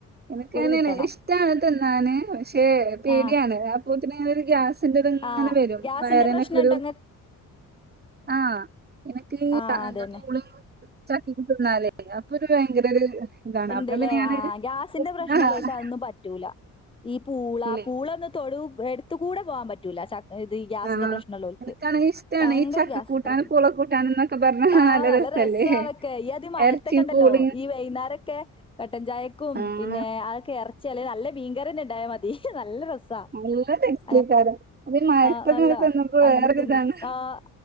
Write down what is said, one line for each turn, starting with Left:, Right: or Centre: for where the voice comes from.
Right: എനക്ക്ങ്ങനെയാണ്
Left: കിട്ടണം.
Right: ഇഷ്ടാണ് തിന്നാന് പക്ഷെ പേടിയാണ്
Left: ആഹ്
Right: പോത്തിനങ്ങനെ ഒരു ഗ്യാസിന്റെ ഇത്ങ്ങനെ
Left: ആഹ്
Right: വരും
Left: ഗ്യാസിന്റെ
Right: വയറിനൊക്കെ
Left: പ്രശ്നണ്ടോ
Right: ഒരു
Left: ഇങ്ങക്ക്
Right: ആഹ് എനക്ക്
Left: ആഹ്
Right: എന്താ
Left: അതന്നെ
Right: പൂളി- ചക്കിങ് തിന്നാലേ അപ്പൊ ഒരു ഭയങ്കര ഒരു ഇതാണ്
Left: ഇണ്ടല്ലേ
Right: അപ്പൊ പിന്നെ ഞാനൊരു
Left: ആഹ് ഗ്യാസിന്റെ പ്രശ്നോളാർക്ക്
Right: ആഹ്
Left: അതൊന്നും പറ്റൂല ഈ പൂളാ <unintelligible>
Right: ലെ
Left: തൊടും എടുത്ത് കൂടെ പോവാൻ പറ്റൂല്ല ആതാ ഇത് ഗ്യാസിന്റെ
Right: ആഹ്
Left: പ്രശ്നലോ ഒള്ളവർക്ക്
Right: എനിക്കാണെങ്കി ഇഷ്ടാണ്
Left: ഭയങ്കര
Right: ഈ ചക്ക
Left: ഗ്യാസ്ക്കര
Right: കൂട്ടാനും
Left: പിന്ന
Right: പൂള കൂട്ടാനും എന്നൊക്കെ പറഞ്ഞ
Left: ആഹ നല്ല
Right: രസല്ലേ
Left: രസ ആതൊക്കെ ഈ ആദ്യ മഴത്തൊക്കെ
Right: എറച്ചിയും
Left: ഉണ്ടല്ലോ
Right: പൂളീം
Left: ഈ വൈകുന്നേരൊക്കെ കട്ടൻചായക്കും
Right: ആഹ്
Left: പിന്നെ അതൊക്കെ ഇറച്ചിയല്ലെ നല്ല മീൻകറിന്നെ ഉണ്ടായ മതി നല്ല രസ
Right: നല്ല ടേസ്റ്റേക്കാരം
Left: <unintelligible> ആഹ്
Right: അത് ഈ മഴത്തൊക്കെ
Left: <unintelligible> നല്ലത
Right: ഇങ്ങനെ തിന്നുമ്പോ
Left: അങ്ങനെ
Right: വേറൊരിതാണ്
Left: തി <unintelligible> ആഹ്